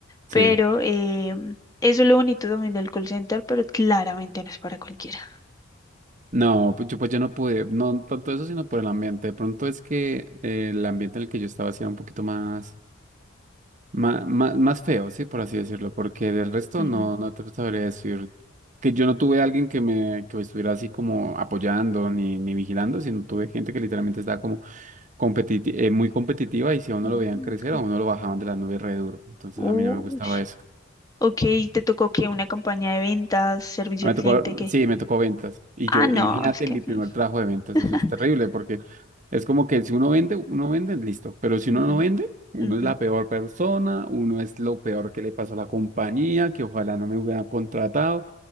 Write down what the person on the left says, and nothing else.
pero
eh, eso es lo bonito también del call center, pero claramente no es para cualquiera.
Ujú.
Mm,
ok,
Ush.
Ok, te tocó que una campaña de ventas, servicio
al
cliente, que,
ah, no,
es que,
mm,
<laughs>
ujú,
ujú,